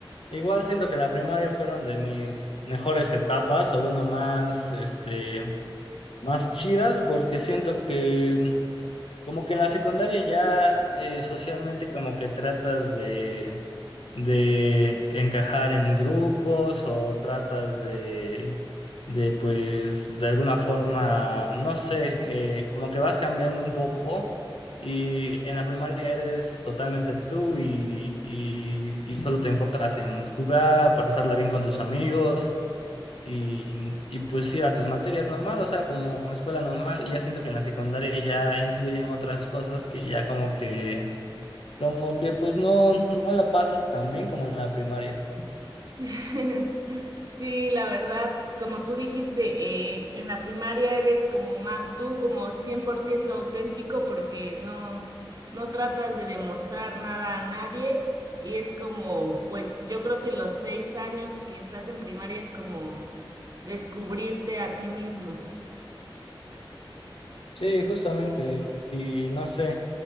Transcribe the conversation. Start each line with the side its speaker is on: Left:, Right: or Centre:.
Left: igual siento que la primaria fueron de mis mejores etapas, o bueno, más, este, más chidas, porque siento que Como que en la secundaria ya eh, socialmente como que tratas de, de encajar en grupos o tratas de, de pues de alguna forma, no sé, eh, como que vas cambiando un poco y en la primaria eres totalmente tú y, y, y solo te enfocas en jugar, pasarla bien con tus amigos y, y pues ir a tus materias normal, o sea, como escuela normal, y ya siento que en la secundaria ya incluyen otras cosas que ya como que, como que pues no, no la pasas tan bien como en la primaria.
Right: <laughs> Sí, la verdad, como tú dijiste, eh, en la primaria eres como más tú, como 100% auténtico porque no, no tratas de demostrar nada a nadie y es como, pues yo creo que los seis años que estás en primaria es como descubrirte a ti mismo.
Left: Sí, justamente, y no sé,